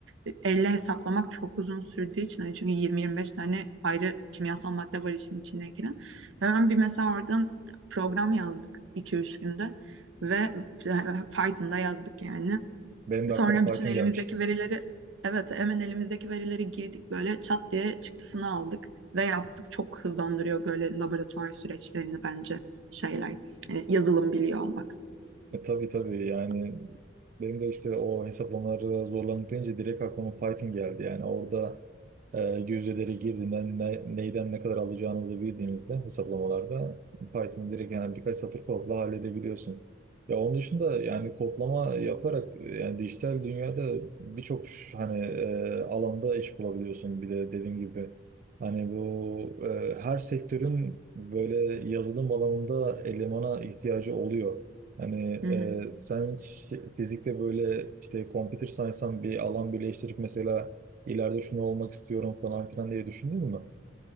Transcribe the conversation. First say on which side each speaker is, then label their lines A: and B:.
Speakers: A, on the right; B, on the right.
A: e, elle hesaplamak çok uzun sürdüğü için. yani çünkü 20-25 tane ayrı kimyasal madde var işin içine giren. Hemen bir mesela oradan program yazdık iki üç günde ve e, Python'da yazdık yani.
B: Benim de aklıma
A: Sonra bütün
B: Python
A: elimizdeki
B: gelmişti.
A: verileri evet hemen elimizdeki verileri girdik böyle çat diye çıktısını aldık ve yaptık. Çok hızlandırıyor böyle laboratuvar süreçlerini bence şeyler. Hani yazılım biliyor olmak.
B: E, tabii tabii yani benim de işte o hesaplamaları zorlanıp deyince direkt aklıma Python geldi. Yani orada e, yüzdeleri girdiğinden ne- neyden ne kadar alacağınızı bildiğinizde hesaplamalarda Python'ı direkt yani birkaç satır kodla halledebiliyorsun. Ya onun dışında yani kodlama yaparak e, yani dijital dünyada birçok ş- hani e, alanda iş bulabiliyorsun. Bir de dediğim gibi hani bu e, her sektörün böyle yazılım alanında elemana ihtiyacı oluyor. Hani
A: Hı hı.
B: e, sen hiç fizikte böyle işte computer science'dan bir alan birleştirip mesela ileride şunu olmak istiyorum falan filan diye düşündün mü?